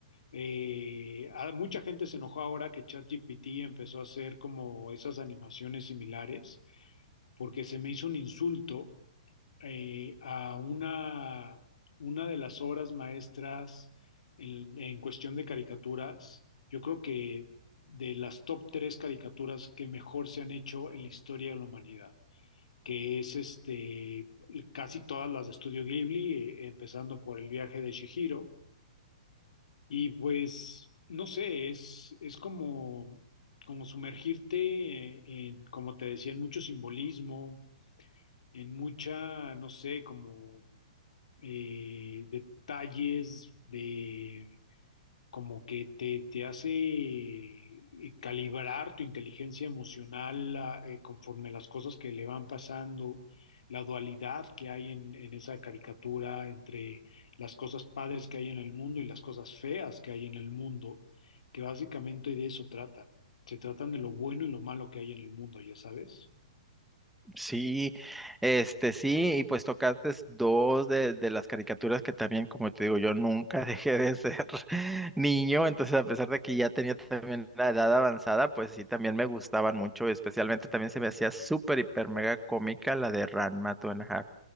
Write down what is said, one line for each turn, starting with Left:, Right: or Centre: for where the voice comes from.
Left: eh, a- mucha gente se enojó ahora que ChatGPT empezó a hacer como esas animaciones similares, porque se me hizo un insulto eh, a una, una de las obras maestras en, en cuestión de caricaturas. Yo creo que de las top tres caricaturas que mejor se han hecho en la historia de la humanidad, que es este, casi todas las de Estudio Ghibli, eh, empezando por El viaje de Chihiro. Y pues, no sé, es, es como, como sumergirte eh, en, como te decía, en mucho simbolismo, en mucha, no sé, como eh, detalles de como que te, te hace eh, calibrar tu inteligencia emocional la- eh, conforme las cosas que le van pasando, la dualidad que hay en, en esa caricatura entre las cosas padres que hay en el mundo y las cosas feas que hay en el mundo, que básicamente de eso tratan. Se tratan de lo bueno y lo malo que hay en el mundo, ya sabes.
Centre: Sí, este sí, y pues tocaste dos de, de las caricaturas que también, como te digo, yo nunca <laughs> dejé de ser <laughs> niño, entonces a pesar de que ya tenía también la edad avanzada, pues sí, también me gustaban mucho, especialmente también se me hacía súper, hiper, mega cómica la de Ranma Two and a Half,